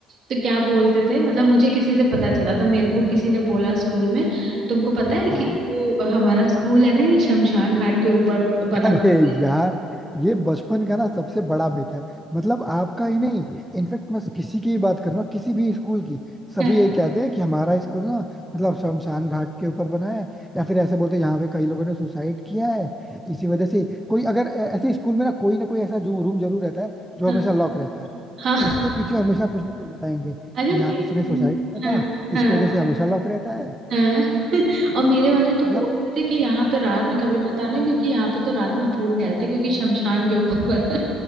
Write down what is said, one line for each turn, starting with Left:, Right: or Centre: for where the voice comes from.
Right: तो क्या बोलते थे मतलब मुझे किसी से पता चला था मेरे को किसी ने बोला स्कूल में तुमको पता है कि
Centre: हाँ
Right: जो हमारा स्कूल है ना ये शमशान घाट के ऊपर बना
Centre: अरे
Right: हुआ
Centre: यार ये बचपन का ना सबसे बड़ा मिथ है मतलब आपका ही नहीं इनफेक्ट मैं किसी की ही बात कर रहा हूँ किसी भी स्कूल की सभी
Right: है।
Centre: यही कहते हैं कि हमारा स्कूल ना मतलब शमशान घाट के ऊपर बना है या फिर ऐसे बोलते हैं यहाँ पे कई लोगों ने सुसाइड किया है इसी वजह से कोई अगर ऐ- ऐसे स्कूल में ना कोई ना कोई ऐसा जो रूम जरूर रहता है जो
Right: हाँ
Centre: हमेशा लॉक रहता है
Right: हाँ हाँ,
Centre: उसके पीछे हमेशा कुछ ना कुछ बताएंगे
Right: अरे
Centre: कि यहाँ
Right: मे-
Centre: किसी ने सुसाइड किया
Right: हाँ
Centre: था इसकी
Right: हाँ
Centre: वजह से हमेशा लॉक रहता है
Right: हाँ <laughs> और मेरे वाले तो
Centre: मतलब
Right: बोलते थे कि यहाँ पे रात में कभी मत आना क्योंकि यहाँ पे तो रात में भूत टहलते हैं, क्योंकि शमशान के ऊपर बना